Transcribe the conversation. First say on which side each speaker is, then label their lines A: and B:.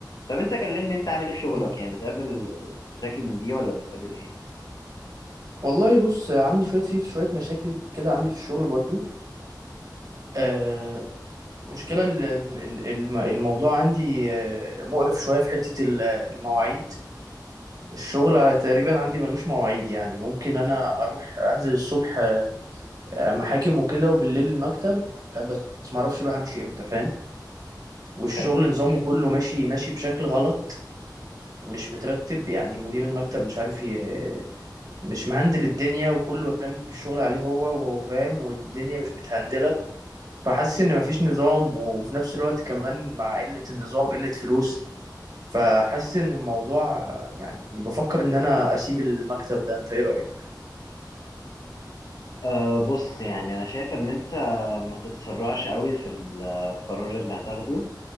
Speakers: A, on the left (about 55°); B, on the right (about 50°).
A: طب انت كلمني انت عامل ايه في شغلك
B: م.
A: يعني بتقابل مشاكل من دي ولا بتقابل ايه
B: والله بص عندي شوية في شوية مشاكل كده عندي في الشغل برضو آه، المشكلة ال- ال- ال- الم- الموضوع عندي آه، مقرف شوية في حتة ال- المواعيد الشغل تقريبا عندي ملوش مواعيد يعني ممكن أنا أروح أنزل الصبح آه، محاكم وكده وبالليل المكتب آه، بس معرفش بقى همشي إمتى فاهم والشغل
A: حلو
B: نظامه كله ماشي ماشي بشكل غلط مش مترتب يعني مدير المكتب مش عارف ي- مش مهندل الدنيا وكله رامي الشغل عليه هو وهو فاهم والدنيا مش متهندلة فحاسس إن مفيش نظام وفي نفس الوقت كمان مع قلة النظام قلة فلوس فحاسس ان الموضوع يعني بفكر ان انا اسيب المكتب ده انت ايه رأيك
A: أه بص يعني انا شايف ان انت ما تتسرعش قوي في القرار اللي هتاخده